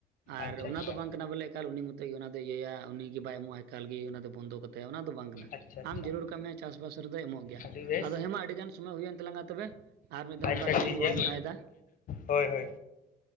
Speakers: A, on the right; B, on the left.
A: ᱟᱨ
B: ᱟᱪᱪᱷᱟ
A: ᱚᱱᱟ
B: ᱟᱪᱪᱷᱟ
A: ᱫᱚ ᱵᱟᱝ ᱠᱟᱱᱟ ᱵᱚᱞᱮ ᱮᱠᱟᱞ ᱩᱱᱤ ᱢᱚᱛᱚᱡ ᱚᱱᱟ ᱫᱚᱭ ᱤᱭᱟᱹᱭᱟ ᱩᱱᱤ ᱵᱟᱭ ᱮᱢᱚᱜᱼᱟ ᱮᱠᱟᱞ ᱜᱮ ᱚᱱᱟ ᱫᱚ ᱵᱚᱱᱫᱚ ᱠᱟᱛᱮ ᱚᱱᱟ ᱫᱚ ᱵᱟᱝ ᱠᱟᱱᱟ
B: ᱟᱪᱪᱷᱟ
A: ᱟᱢ
B: ᱟᱪᱪᱷᱟ
A: ᱡᱟᱹᱨᱩᱲ ᱠᱟᱜ ᱢᱮᱭᱟ ᱪᱟᱥᱵᱟᱥ ᱨᱮᱫᱚᱭ ᱮᱢᱚᱜ ᱜᱮᱭᱟ
B: ᱟᱹᱰᱤ ᱵᱮᱥ
A: ᱟᱫᱚ ᱦᱮᱸᱢᱟ ᱟᱹᱰᱤᱜᱟᱱ ᱥᱚᱢᱚᱭ ᱦᱩᱭᱮᱱ ᱛᱟᱞᱟᱝᱟ ᱛᱚᱵᱮ ᱟᱨ ᱢᱤᱫ ᱫᱷᱟᱣ
B: ᱟᱪᱪᱷᱟ
A: ᱚᱱᱠᱟᱜᱮ
B: ᱴᱷᱤᱠ
A: ᱤᱧ ᱠᱚᱞ
B: ᱜᱮᱭᱟ
A: ᱫᱚᱲᱦᱟᱭᱫᱟ᱾
B: ᱦᱳᱭ ᱦᱳᱭ